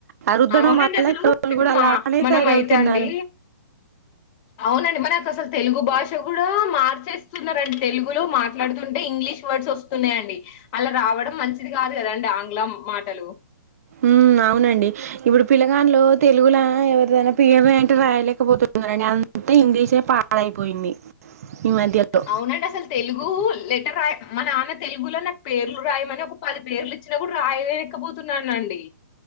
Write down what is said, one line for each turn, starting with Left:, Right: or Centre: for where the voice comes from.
Right: ఆ రుద్దడం
Left: అవునండి
Right: వల్ల
Left: అసలు
Right: ఇక్కడోళ్ళు
Left: ఇప్పుడు
Right: కూడా
Left: మా
Right: అలానే
Left: మనం
Right: తయారవుతున్నారు
Left: అయితే అండి అవునండి మనకు అసలు తెలుగు భాష కూడా మార్చేస్తున్నారండి తెలుగులో మాట్లాడుతుంటే ఇంగ్లీష్ వర్డ్స్ వస్తున్నాయంండి అలా రావడం మంచిది కాదు కదండి ఆంగ్లం మాటలు
Right: ఉం అవునండి ఇప్పుడు పిలగాన్లో తెలుగుల ఎవరిదైనా పేరు రాయి అంటే రాయలేకపోతున్నారండి అంత ఇంగ్లీషే పాడైపోయింది ఈ మధ్యలో
Left: అవునండి అసలు తెలుగు లెటర్ రా మా నాన్న తెలుగులో నాకు పేర్లు రాయమని ఒక పది పేర్లు ఇచ్చిన కూడా రాయలేనకపోతున్నానండి